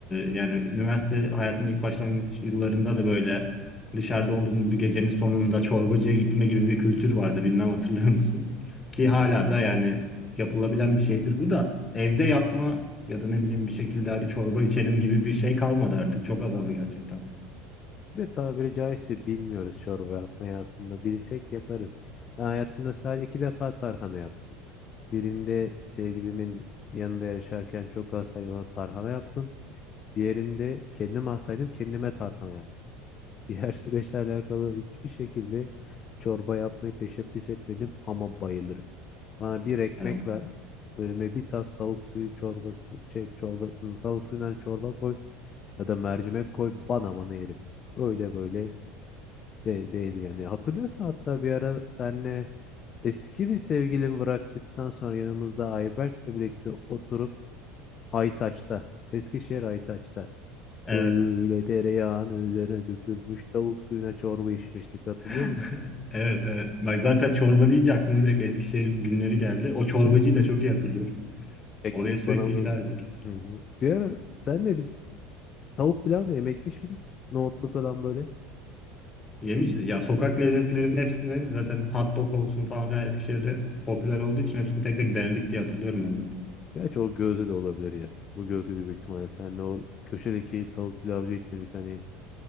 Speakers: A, on the left (about 25°); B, on the left (about 40°).
A: yani üniversite hayatının ilk başlangıç yıllarında da böyle dışarıda olduğumuz bir gecenin sonunda çorbacıya gitme gibi bir kültür vardı. Bilmem hatırlıyor musun? <laughs> Ki
B: Hı hı.
A: hala da yani yapılabilen bir şeydir bu da. Evde yapma ya da ne bileyim bir şekilde hadi çorba içelim gibi bir şey kalmadı artık. Çok azaldı gerçekten.
B: Bir de tabiri caizse bilmiyoruz çorba yapmayı aslında. Bilsek yaparız. Ben hayatımda sadece iki defa tarhana yaptım. Birinde sevgilimin yanında yaşarken çok hastaydım ona tarhana yaptım. Diğerinde kendim hastaydım kendime tarhana yaptım. <laughs> Diğer süreçle alakalı hiçbir şekilde çorba yapmayı teşebbüs etmedim ama bayılırım. Bana bir ekmek
A: Yani
B: ver. Önüme bir tas tavuk suyu çorbası, şey, çorba, tavuk suyundan çorba koy ya da mercimek koy bana bana yerim. Öyle böyle de değil yani. Hatırlıyorsan hatta bir ara senle eski bir sevgilimi bıraktıktan sonra yanımızda Ayberk'le birlikte oturup Aytaç'ta, Eskişehir Aytaç'ta
A: evet.
B: öyle tereyağını üzerine dökülmüş tavuk suyuna çorba içmiştik hatırlıyor
A: <laughs>
B: musun?
A: Evet evet. Bak zaten çorba deyince aklıma direkt Eskişehir günleri geldi. O çorbacıyı da çok iyi hatırlıyorum.
B: Ekmek
A: Oraya sürekli
B: bana mı?
A: giderdik.
B: Hı hı. Bir ara senle biz tavuk pilav da yemekmiş miydik? Nohutlu falan böyle.
A: Yemişiz. Ya sokak lezzetlerinin hepsini zaten hot dog olsun falan filan Eskişehir'de popüler olduğu için hepsini tek tek denedik diye hatırlıyorum
B: Hı hı.
A: ben
B: Gerçi o gözde de olabilir ya. O gözde de büyük ihtimalle senle o köşedeki tavuk pilavcı gitmedik hani